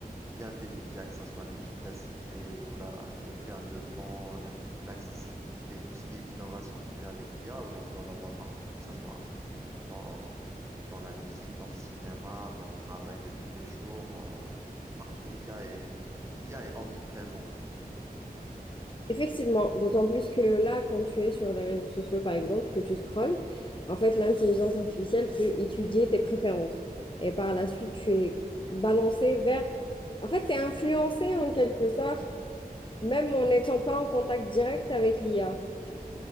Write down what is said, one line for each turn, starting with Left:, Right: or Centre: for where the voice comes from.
Right: bienfaits de l'IA, que ce soit l'efficacité ou la, le gain de temps, la- l'accessibilité, tout ce qui est innovation qui vient avec l'IA. Aujourd'hui, on la voit partout, que ce soit dans, dans la musique, dans le cinéma, dans le travail de tous les jours. euh, partout, l'IA est, l'IA est omniprésente.
Left: Effectivement, d'autant plus que là, quand tu es sur les réseaux sociaux, par exemple, que tu scrolles, en fait, l'intelligence artificielle peut étudier tes préférences. Et par la suite, tu es balancé vers... En fait, tu es influencé en quelque sorte, même en n'étant pas en contact direct avec l'IA.